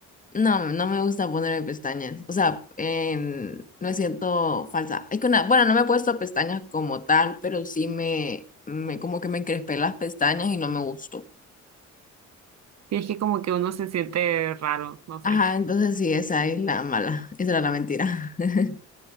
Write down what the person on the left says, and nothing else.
No, no me gusta ponerme pestañas. O sea, en- me siento falsa. Es que una, bueno, no me he puesto pestañas como tal, pero sí me, me como que me encrespé las pestañas y no me gustó.
Ajá,
entonces sí, esa es la mala. Esa era la mentira. <laughs>